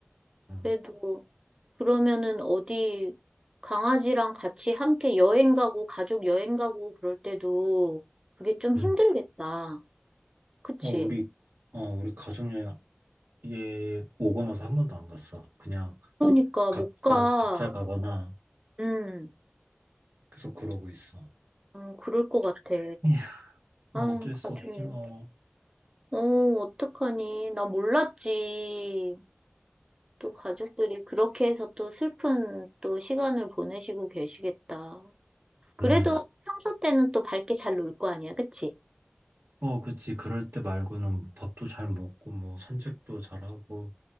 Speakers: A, on the right (about 70°); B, on the right (about 20°).
A: 응.
B: 그래도, 그러면은 어디, 강아지랑 같이 함께 여행 가고, 가족 여행 가고 그럴 때도 그게 좀
A: 응.
B: 힘들겠다. 그치?
A: 어, 우리 어, 우리 가족여행 얘 오고 나서 한 번도 안 갔어. 그냥
B: 그러니까
A: 각자
B: 못 가.
A: 각자 가거나
B: 음,
A: 계속 그러고 있어.
B: 어, 그럴 것 같아.
A: 에휴, 뭐
B: 아,
A: 어쩔 수
B: 가족이.
A: 없지 뭐.
B: 어, 어떡하니. 나 몰랐지. 또 가족들이 그렇게 해서 또 슬픈 또 시간을 보내시고 계시겠다. 그래도
A: 음,
B: 평소 때는 또 밝게 잘 놀 거 아니야, 그치?
A: 어, 그치. 그럴 때 말고는 뭐 밥도 잘 먹고 뭐 산책도 잘하고